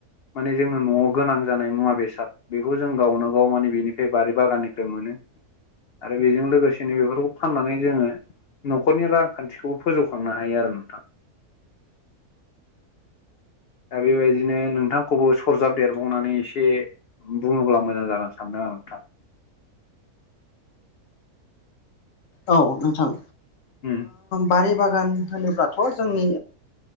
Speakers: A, on the left; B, on the left.
A: माने जोंनो न'आव गोनां जानाय मुवा बेसाद बेखौ जों गावनो गाव माने बेनिफ्राय बारि बागाननिफ्राय मोनो आरो बेजों लोगोसेनो बेफोरखौ फाननानै जोङो न'खरनि रांखान्थिखौबो फोजौखांनो हायो आरो नोंथां दा बेबायदिनो नोंथांखौबो सरजाब देरबावनानै एसे बुङोब्ला मोजां जागोन सानदों औ नोंथां
B: औ नोंथां
A: उम
B: बारि बागान होनोबाथ' जोंनि